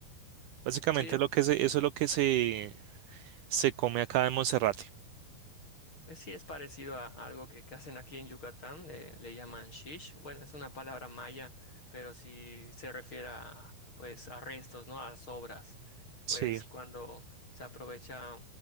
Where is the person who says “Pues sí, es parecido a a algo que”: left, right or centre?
Left